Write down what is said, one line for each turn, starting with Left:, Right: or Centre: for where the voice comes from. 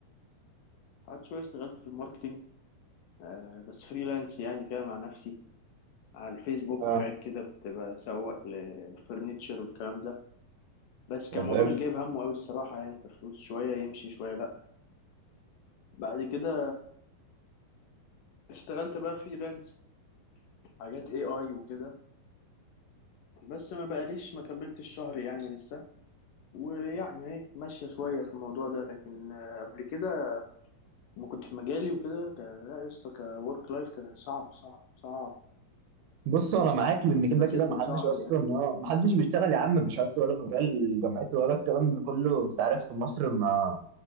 Left: قعدت شويه اشتغلت في الماركتينج آه بس فريلانس يعني كده مع نفسي على الفيسبوك
Right: اه
Left: وحاجات كده كنت بسوق لفرنتشر والكلام ده بس كان
Right: طب
Left: الموضوع
Right: حلو
Left: مش جايب همه قوي الصراحه يعني كفلوس شويه يمشي شويه لا بعد كده اشتغلت بقى فريلانس حاجات اي اي وكده بس ما بقاليش ما كملتش الشهر يعني لسه ويعني ايه ماشية شوية في الموضوع ده لكن آه، قبل كده ما كنت في مجالي وكده ك- لا يا اسطى كورك لايف كان صعب صعب صعب
Right: بص انا معاك لان
Left: كنت
Right: كده
Left: بشد
Right: كده محدش
Left: في شعري
Right: اصلا
Left: يعني
Right: آه، محدش بيشتغل يا عم بشهادته ولا مجال جامعته ولا الكلام ده كله انت عارف في مصر ما